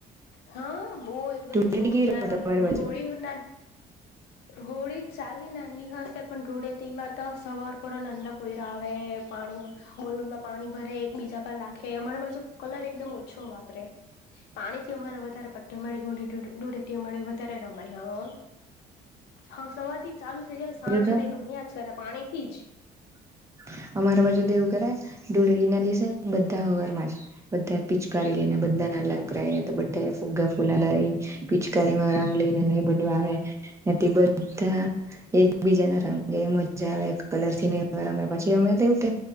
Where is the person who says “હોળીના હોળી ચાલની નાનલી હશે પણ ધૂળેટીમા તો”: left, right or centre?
Left